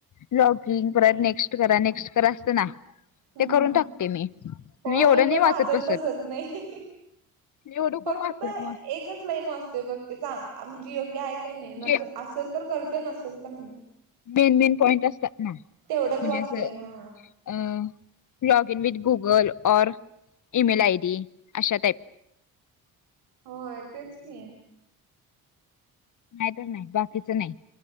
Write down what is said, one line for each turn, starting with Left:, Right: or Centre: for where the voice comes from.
Left: ब्लॉगिंग परत नेक्स्ट करा नेक्स्ट करा असतं ना
Right: हम्म.
Left: ते करून टाकते मी तही
Right: होय
Left: एवढं
Right: मी
Left: नाही
Right: पण
Left: वाचत बसत
Right: नाही.
Left: एवढं
Right: फक्त
Left: कोण वाचय म
Right: एकच लाईन वाचतोय बघ ते म्हणजे योग्य आहे का नाही नस
Left: जे
Right: असेल तर करत नसेल तर
Left: मेन मेन पॉईंट असतात ना म्हणजे
Right: तेवढंच वाचतोय
Left: असं
Right: हा
Left: अ लॉग इन विथ गुगल और इईमेल आय डी अशा टाईप
Right: होय तेच की
Left: नाही तर नाही बाकीच नाही